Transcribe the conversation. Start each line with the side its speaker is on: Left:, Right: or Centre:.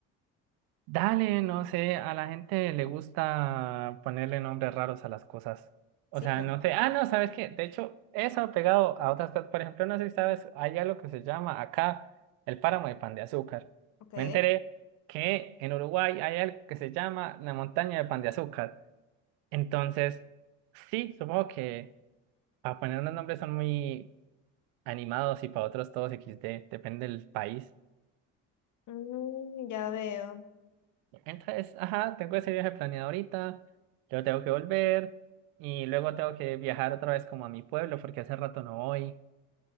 Right: Dale, no sé, a la gente le gusta ponerle nombres raros a las cosas. O
Left: Sí,
Right: sea,
Left: pero,
Right: no sé. Ah, no, ¿sabes qué? De hecho, eso pegado a otras cosas. Por ejemplo, no sé si sabes, hay algo que se llama acá el páramo de pan de azúcar.
Left: ok.
Right: Me enteré que en Uruguay hay algo que se llama la montaña de pan de azúcar. Entonces, sí, supongo que. Para poner unos nombres son muy animados y para otros todos XD, depende del país.
Left: Mm, ya veo.
Right: Entonces, ajá, tengo ese viaje planeado ahorita, luego tengo que volver y luego tengo que viajar otra vez como a mi pueblo porque hace rato no voy.